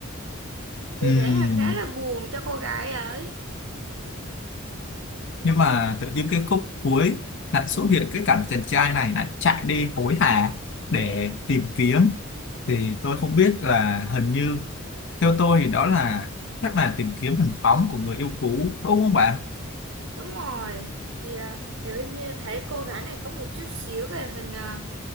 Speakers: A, on the right; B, on the left.
A: vì
B: Ừm,
A: thế là khá là buồn cho cô gái ấy
B: nhưng mà tự nhiên cái khúc cuối lại xuất hiện cái cảnh chàng trai này lại chạy đi hối hả để tìm kiếm thì tôi không biết là hình như Theo tôi thì đó là chắc là tìm kiếm hình bóng của người yêu cũ đúng không bạn?
A: đúng rồi thì à, nếu như thấy cô gái này có một chút xíu về hình à,